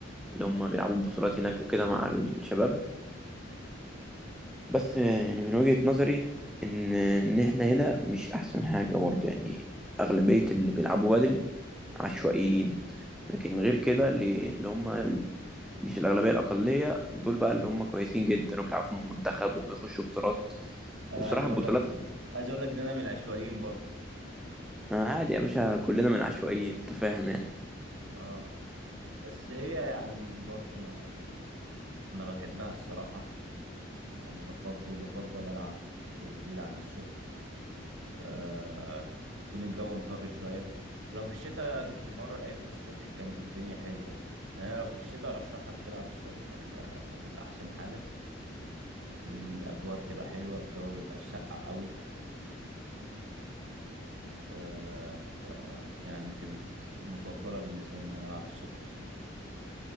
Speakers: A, in the centre; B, on the right (about 75°).
A: اللي هم
B: مم.
A: بيلعبوا بطولات هناك وكده مع الشباب بس يعني من وجهة نظري إن إن إحنا هنا مش أحسن حاجة برضه يعني أغلبية اللي بيلعبوا بدل عشوائيين لكن غير كده اللي اللي هم مش الأغلبية الأقلية دول بقى اللي هم كويسين جدا وبيلعبوا في المنتخب وبيخشوا بطولات
B: انا
A: والصراحة
B: عايز اقول
A: البطولات
B: لك عايز اقول لك ان انا من العشوائيين برضو
A: آه، عادي يا باشا كلنا من العشوائيين أنت فاهم يعني
B: آه، بس هي يعني برضو انا انا بحبها الصراحة يعني بفضل وبفضل العب بالليل عن الصبح آه يكون الجو مطر شوية لو في الشتاء مرة لعبت الصبح كانت الدنيا حلوة يعني يعني انا لو في الشتاء ارشح لك تلعب الصبح يعني ده ده كانت احسن حاجة الاجواء بتبقى حلوة الجو مبيبقاش ساقع قوي آه ف يعني كانت مفضلة بالنسبة لي ان انا العب الصبح في الشتاء